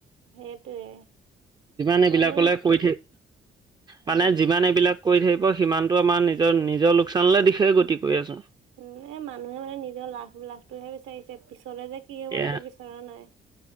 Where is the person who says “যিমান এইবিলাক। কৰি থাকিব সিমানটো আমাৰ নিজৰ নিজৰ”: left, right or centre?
Right